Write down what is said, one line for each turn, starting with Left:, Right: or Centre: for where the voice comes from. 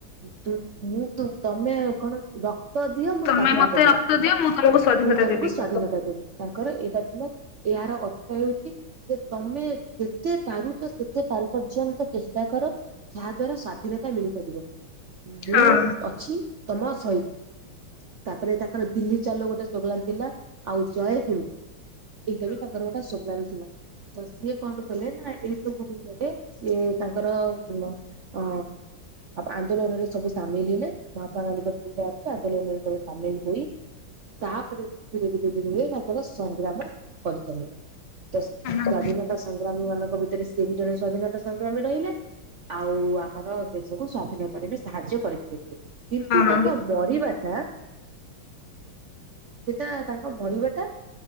Right: ତୁମ ମୁ ତୁମ ତମେ କଣ ରକ୍ତ ଦିଅ ମୁଁ
Left: ତମେ
Right: ସ୍ଵାଧୀନତା
Left: ମତେ
Right: ଦେବି
Left: ରକ୍ତ ଦିଅ ମୁଁ ତମକୁ ସ୍ଵାଧୀନତା
Right: ମୁଁ ତମକୁ
Left: ଦେବି
Right: ସ୍ଵାଧୀନତା
Left: ହଁ
Right: ଦେବି। ତାଙ୍କର ଏଇଟା ଥିଲା ଏହାର ଅର୍ଥ ହେଉଛି। ଯେ ତମେ ଯେତେ ପାରୁଛ ସେତେ ପାରୁ ପର୍ଯ୍ୟନ୍ତ ଚେଷ୍ଟା କର। ଯାହା ଦ୍ଵାରା ସ୍ଵାଧୀନତା ମିଳିପାରିବ ମୁଁ
Left: ହଁ।
Right: ଅଛି ତମ ସହିତ। ତାପରେ ତାଙ୍କର ଦିଲ୍ଲୀ ଚାଲୋ ଗୋଟେ ସ୍ଲୋଗାନ ଥିଲା ଆଉ ଜୟ ହିନ୍ଦ। ଏଇଟ ବି ତାଙ୍କର ଗୋଟେ ସୋଗ୍ରାମ ଥିଲା। ତ ସିଏ କଣ କଲେ ନା ଏଇ ସବୁ ଭିତରେ ସିଏ ତାଙ୍କର ଓ ଆନ୍ଦୋଳନରେ ସବୁ ସାମିଲ ହେଲେ ମହାତ୍ମା ଗାନ୍ଧୀଙ୍କ। ଆନ୍ଦୋଳନରେ ସବୁ ସାମିଲ୍ ହୋଇ ତାପରେ ସେ ଧୀରେ ଧୀରେ ଧୀରେ ତାଙ୍କର ସଂଗ୍ରାମ କରିଚାଲିଲେ ତ ସ୍ଵାଧୀନତା
Left: ହଁ
Right: ସଂଗ୍ରାମୀ ମାନଙ୍କ ଭିତରେ ସିଏ ବି ଜଣେ ସ୍ଵାଧୀନତା ସଂଗ୍ରାମୀ ରହିଲେ। ଆଉ ଆମର ଦେଶକୁ ସ୍ଵାଧୀନତାରେ ବି ସାହାଯ୍ୟ କରିଥିଲେ ସେ କିନ୍ତୁ ତାଙ୍କ
Left: ହଁ।
Right: ମରିବାଟା ସେଇଟା ତାଙ୍କ ମରିବାଟା